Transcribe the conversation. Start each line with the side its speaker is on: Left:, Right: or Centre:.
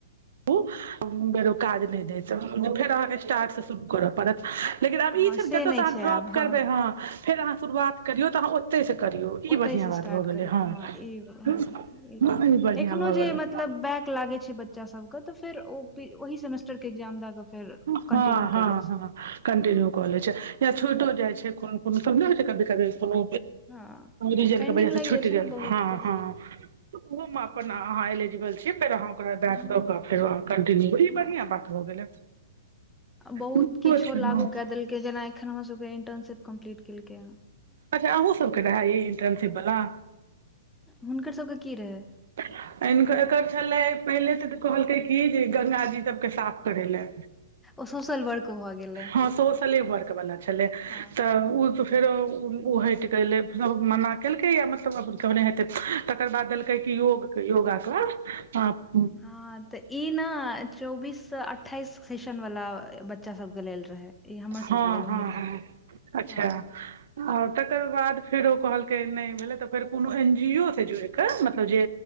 Right: उ बेर ओ काज नहि दैत फेर अहाँके स्टार्ट से शुरू करत परत लेकिन आब
Centre: हँ
Right: ई छै ने जत
Centre: नहि
Right: से अहां
Centre: छै
Right: ड्रॉप
Centre: आब हँ
Right: करबै हंँ फेर अहाँ शुरुआत करियौ तऽ अहाँ ओतयसँ करियौ
Centre: ओतहिसँ
Right: ई बढ़ियाँ बात
Centre: स्टार्ट
Right: भऽ गेलै
Centre: करियौ
Right: हँ
Centre: ई हँ
Right: ई बढ़िआँ
Centre: एखनो
Right: भऽ
Centre: जे
Right: गेलै
Centre: मतलब बैक लागे छै ब बच्चा सब केँ तऽ फेर ओ ओहि सेमेस्टर के इग्जाम दै कऽ फेर
Right: हँ
Centre: कन्टिन्यू
Right: हँ
Centre: कए लै छै
Right: हँ कन्टिन्यू
Centre: हँ
Right: क लै छै या छुइटो जाय छै कोनो कोनो सब नहि होइ छै कभी कभी कोनो
Centre: हँ
Right: रीजन
Centre: पेंडिंग
Right: के वजह
Centre: लागि
Right: से छुटि
Centre: जाइ छै
Right: गेल
Centre: ने बहुतके
Right: हँ हँ तऽ ओहो मे अपन अहाँ एलिजिबल छी फेर अहाँ ओकरा बैक
Centre: हँ
Right: द क फेर कंटिन्यू इ बढ़ियाँ
Centre: हँ
Right: बात हो गेलै
Centre: बहुत
Right: नीको
Centre: किछो
Right: छै हँ
Centre: लागू कए देलकै जेना एखन हमरासभके इंटर्नशिप कम्प्लीट केलकै हेँ
Right: अच्छा अहूँ सबके रहै ई इंटर्नशिप वाला
Centre: हुनकर सबके की रहै
Right: <inaudible> एकर छलै पहिले तऽ कहलकै की जे गंगाजी सबके साफ करै लए
Centre: ओ सोशल वर्क भऽ गेलै
Right: हँ सोशले वर्क बला छलै तऽ
Centre: हँ
Right: ओ त फेरो ओ हटि गेलै सब मना केलकै या मतलब के हेतै तकर बाद देलकै कै योग के योगा के
Centre: हँ तऽ ई नै चौबीस से अठ्ठाइस सेशन वला बच्चा सभके लेल रहै ई हमर
Right: हँ
Centre: सबके लेल
Right: हँ
Centre: नहि रहै
Right: हँ अच्छा
Centre: हँ
Right: आ तकर बाद फेर ओ कहलकै नहि भेलै तऽ फेर कोनो एन जी ओ से जुड़ि क मतलब जे